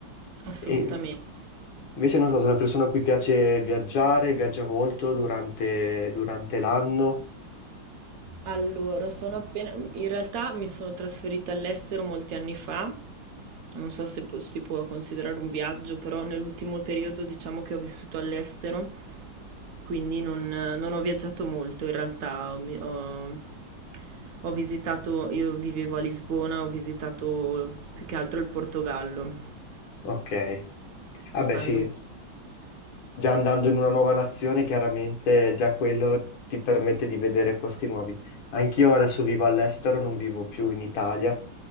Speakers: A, on the right; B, on the left.
A: Assolutamente.
B: E invece non so, sono una persona a cui piace viaggiare, viaggia molto durante, durante l'anno,
A: Allora, sono appena... In realtà mi sono trasferita all'estero molti anni fa, non so se po- si può considerare un viaggio, però nell'ultimo periodo diciamo che ho vissuto all'estero, quindi non, non ho viaggiato molto in realtà. Ho, mi- ho- ho visitato, io vivevo a Lisbona, ho visitato più che altro il Portogallo,
B: ok.
A: spostandomi.
B: Vabbè, sì, Già andando in una nuova nazione, chiaramente già quello ti permette di vedere posti nuovi. Anch'io adesso vivo all'estero, non vivo più in Italia